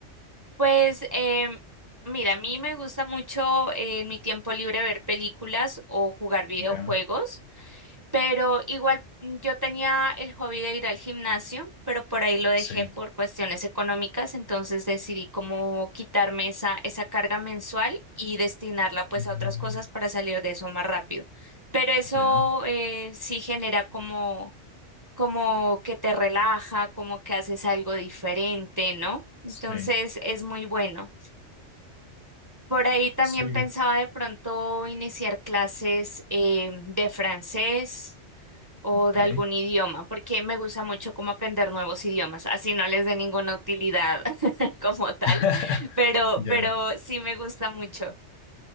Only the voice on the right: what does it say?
Pues, em, mira, a mí me gusta mucho eh, en mi tiempo libre ver películas o jugar videojuegos,
pero igual mm, yo tenía el hobby de ir al gimnasio, pero por ahí lo dejé
por cuestiones económicas, entonces decidí como quitarme esa, esa carga mensual y destinarla pues
a otras cosas para salir de eso más rápido. Pero eso
eh, sí genera como como que te relaja, como que haces algo diferente, ¿no? Entonces
es muy bueno. Por ahí también
pensaba de pronto iniciar clases eh, de francés o
de algún idioma, porque me gusta mucho como aprender nuevos idiomas, así no les dé ninguna utilidad <laughs> como tal,
pero, pero
sí me gusta mucho.